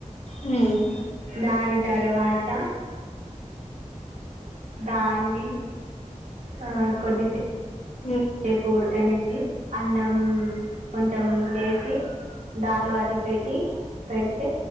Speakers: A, on the left; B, on the right.
A: ఉమ్
B: దాని తరువాత దాన్ని ఆ కొద్దిసపు
A: ఉమ్ ఉమ్
B: సేపు ఉడు <unintelligible> అన్నం కొంచెం చేసి దాలో అది పెట్టి పెడితే